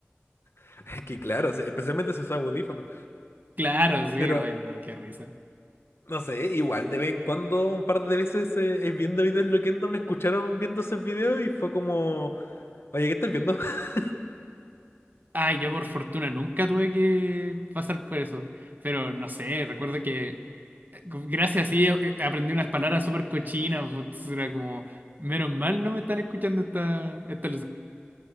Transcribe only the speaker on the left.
<laughs> Que claro, sí, especialmente si usa audífonos.
Pero,
no sé, igual de vez en cuando, un par de veces eh, eh, viendo videos loquendo, me escucharon viendo esos videos y fue como, oye, ¿qué estás viendo? <laughs>